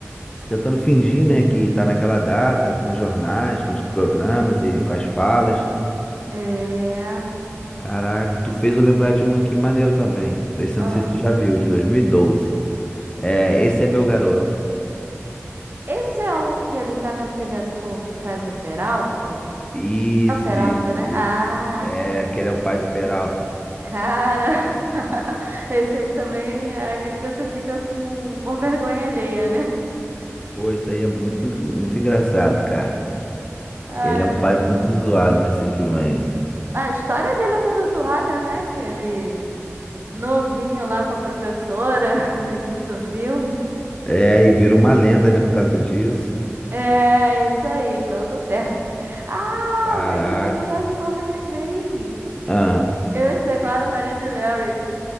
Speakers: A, on the left (about 20°); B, on the right (about 45°).
A: tentando fingir, né, que tá naquela data, com os jornais, com os programas e com as falas.
B: É.
A: Caraca, tu fez eu lembrar de um aqui maneiro também. Esse
B: Ah.
A: eu não sei se tu já viu, de 2012. É, esse é meu garoto.
B: Esse é um que ele tá com aquele ator que faz o Peralta?
A: Isso,
B: É o Peralta,
A: isso,
B: né?
A: isso.
B: Ah,
A: É, aquele é o pai do Peralta.
B: cara! <laughs> Esse aí também é aquele que você fica com, com vergonha alheia, né?
A: Pô, isso aí é muito, muito engraçado, cara.
B: Ai,
A: Ele é um
B: meu
A: pai
B: Deus.
A: muito zoado nesse filme aí.
B: A história dele é toda zoada, né? Que ele novinho lá com a professora <laughs> no início do filme.
A: É, e vira uma lenda, né, por causa disso.
B: É, isso aí, então eu tô certo. Ah,
A: Caraca.
B: mas você não sabe qual que eu lembrei.
A: Ah.
B: Eu os declaro marido e Larry.